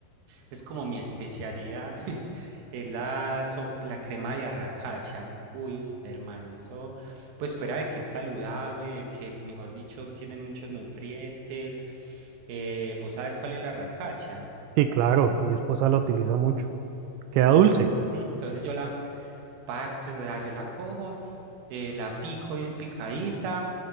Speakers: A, on the right; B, on the right.
A: es como mi especialidad, <laughs> es la, sop- la crema de arracacha. Uy, hermano, eso, pues fuera de que es saludable, de que, mejor dicho, tiene muchos nutrientes. eh, ¿vos sabes cuál es la arracacha?
B: Sí, claro, mi esposa lo utiliza mucho. Queda dulce.
A: Ujú, Entonces yo la par- pues, o sea, yo la cojo, eh, la pico bien picadita.